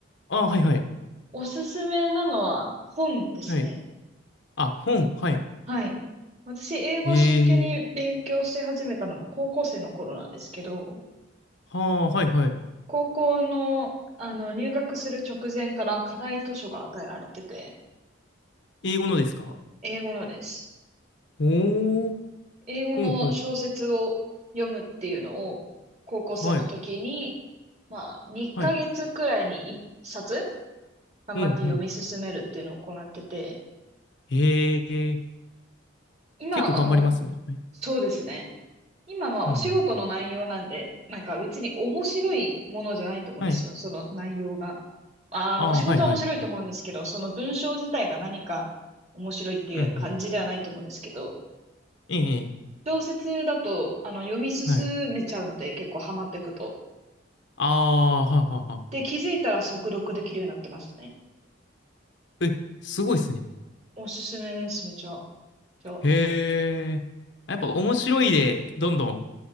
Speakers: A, on the left; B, on the right.
A: あ、はいはい。
B: おすすめなのは本ですね。
A: はい。あ、本、はい。
B: はい。私、英語を真剣に勉強し始めたのが高校生の頃なんですけど、
A: ええああ、はいはい。
B: 高校の、あの入学する直前から課題図書が与えられてて、
A: 英語のですか
B: 英語のです。
A: おー、
B: 英語の小説を読むっていうのを高校生の時に、
A: ほうほう。はい、
B: まあ、2ヶ月くらいに1冊
A: はい。
B: 頑張って読み進めるっていうのを行ってて、
A: うん、うん。ええ、
B: 今、
A: 結構頑張りますね。
B: あの、
A: はい。
B: そうですね。今はお仕事の内容なんで、
A: うん、うん。
B: なんか別に面白いものじゃないと思うんですよ、
A: はい。
B: その内容が。あー、
A: ああ、
B: あの、お仕事は面白いと思うんですけど、
A: はい、はい。
B: その文章自体が何か面白いっていう感じではないと思うんですけど、
A: うん、うん。ええ、ええ
B: 小説だと、あの、読み進めちゃうので、
A: はい。
B: 結構ハマっていくと。
A: ああ、はあはあは
B: で、気づいたら速読できるようになってましたね。
A: あ。え、すごいですね。
B: おすすめです、めちゃ。めちゃ
A: へえ。やっぱ面白いで、どんどん